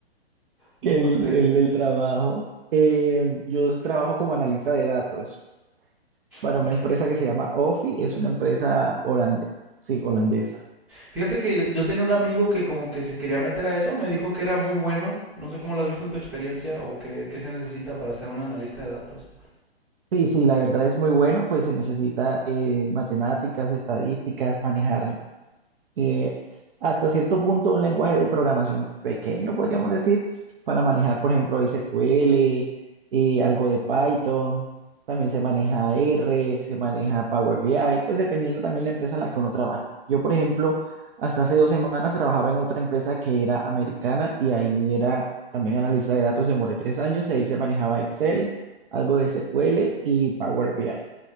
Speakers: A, in the centre; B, on the right.
A: bastante...
B: que el, el- el trabajo. Eh, yo trabajo como analista de datos. para
A: Ok.
B: una empresa que se llama Ofi, es una empresa holande- sí, holandesa.
A: Fíjate que yo, yo tenía un amigo que como que se quería meter a eso, me dijo que era muy bueno, no sé cómo lo has visto en tu experiencia o qué, qué se necesita para ser un analista de datos.
B: Sí, sí, la verdad es muy bueno, pues se necesita eh, matemáticas, estadísticas, manejar eh, hasta cierto punto un lenguaje de programación pequeño, podríamos decir, para manejar, por ejemplo, SQL, eh, algo de Python, también se maneja R, se maneja Power BI, pues dependiendo también la empresa en la que uno trabaja. Yo, por ejemplo, hasta hace dos semanas trabajaba en otra empresa que era americana y ahí era también analista de datos, demoré tres años y ahí se manejaba Excel, algo de SQL y Power BI.